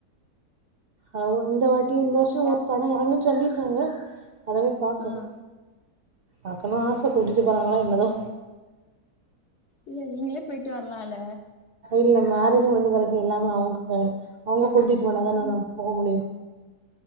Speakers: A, on the right; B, on the left.
A: அ இந்த வாட்டி
B: நா
A: இந்த வருஷோ
B: அது பாக்
A: ஒரு படோ எறங்குன்னு சொல்லிருக்காங்க அதவே பாக்கணு
B: ஆ
A: பாக்கணு ஆச கூட்டிட்டு போறாங்களா என்னதா
B: இல்ல நீங்களே போயிட்டு வர்லால
A: இல்ல மேரேஜ் முடிஞ்ச பெறகு எல்லாமே அவுங்க கை அவுங்க கூட்டிட்டு போன தான நம் போக முடியு